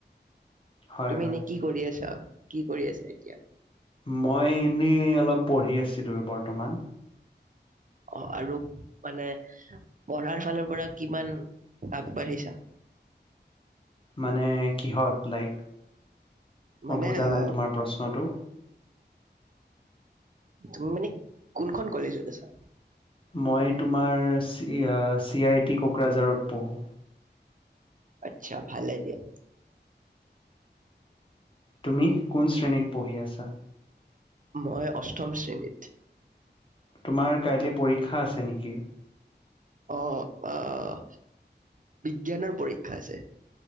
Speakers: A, on the left; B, on the right.
A: হয়
B: তুমি
A: হয়।
B: এনেই কি কৰি আছা, কি কৰি আছা এতিয়া?
A: মই এনেই অলপ পঢ়ি আছিলো বৰ্তমান।
B: অ', আৰু মানে পঢ়াৰ ফালৰ পৰা কিমান আগবাঢ়িছা?
A: মানে কিহত? লাইক,
B: মানে
A: মই বুজা
B: অ
A: নাই তোমাৰ প্ৰশ্নটো।
B: তুমি মানে কোনখন কলেজত আছা?
A: মই তোমাৰ চ চি আই টি কোকৰাঝাৰত পঢ়োঁ।
B: আচ্ছা ভালে দিয়া।
A: তুমি কোন শ্ৰেণীত পঢ়ি আছা?
B: মই অষ্টম শ্ৰেণীত।
A: তোমাৰ কাইলৈ পৰীক্ষা আছে নেকি?
B: আহ, বিজ্ঞানৰ পৰীক্ষা আছে।